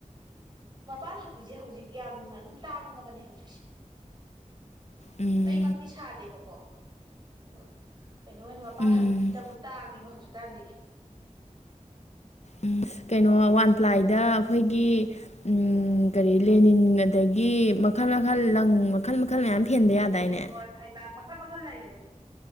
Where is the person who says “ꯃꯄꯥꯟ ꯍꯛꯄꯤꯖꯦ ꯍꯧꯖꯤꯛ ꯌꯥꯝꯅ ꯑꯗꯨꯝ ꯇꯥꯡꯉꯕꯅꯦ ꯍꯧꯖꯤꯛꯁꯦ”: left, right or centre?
Right